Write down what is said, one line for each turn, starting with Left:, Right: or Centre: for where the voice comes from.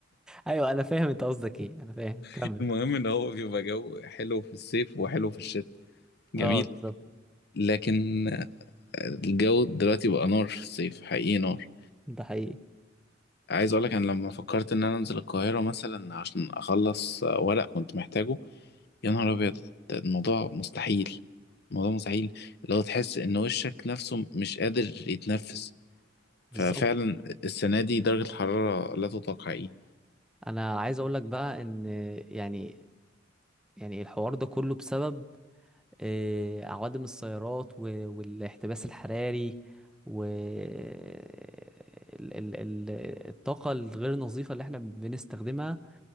Centre: ايوه انا فاهم انت قصدك ايه انا فاهم
Left: <laughs>
Centre: كمل
Left: المهم ان هو بيبقى جو حلو في الصيف وحلو في الشتاء جميل
Centre: اه بالظبط
Left: لكن آه، الجو دلوقتي بقى نار في الصيف حقيقي نار
Centre: ده حقيقي
Left: عايز اقولك انا لما فكرت ان انا انزل القاهرة مثلا عشان اخلص ورق كنت محتاجه يا نهار ابيض ده الموضوع مستحيل الموضوع مستحيل اللي هو تحس ان وشك نفسه مش قادر يتنفس
Centre: بالظبط
Left: ففعلا السنة دي درجة الحرارة لا تطاق حقيقي
Centre: انا عايز اقول لك بقى ان يعني يعني الحوار ده كله بسبب آه، عوادم السيارات و- والاحتباس الحراري و ال- ال- ال- الطاقة الغير نظيفة اللي احنا بنستخدمها